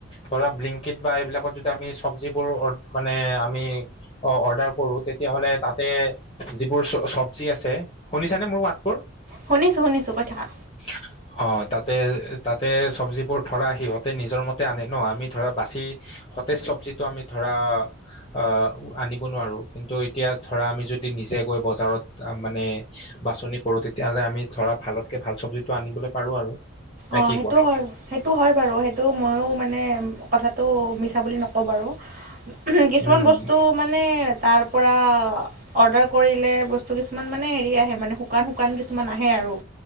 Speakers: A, on the left; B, on the right.
A: ধৰা ব্লিংকট বা এইবিলাকত যদি আমি চব যিবোৰ মানে আমি অ অৰ্ডাৰ কৰো তেতিয়াহ'লে তাতে যিবোৰ চ চবজি আছে শুনিছানে মোৰ মাতবোৰ
B: শুনিছোঁ শুনিছোঁ কৈ থাকা
A: <unintelligible> অ তাতে তাতে চবজিবোৰ ধৰা সিহঁতে নিজৰ মতে আনে ন আমি ধৰা বাচি সতেজ চবজিটো আমি ধৰা আহ আনিব নোৱাৰো কিন্তু এতিয়া ধৰা আমি যদি নিজে গৈ বজাৰত মানে বাছনি কৰো তেতিয়াহলে আমি ধৰা ভালতকে ভাল চবজিটো আনিবলৈ পাৰো আৰু নে
B: অ
A: কি
B: সেইটো
A: কোৱা
B: হ'য় সেইটো হয় বাৰু সেইটো ময়ো মানে কথাটো মিছা বুলি নকওঁ বাৰু কিছুমান
A: উম
B: বস্তু মানে তাৰ পৰা অৰ্ডাৰ কৰিলে বস্তু কিছুমান মানে হেৰি আহে মানে শুকান শুকান কিছুমান আহে আৰু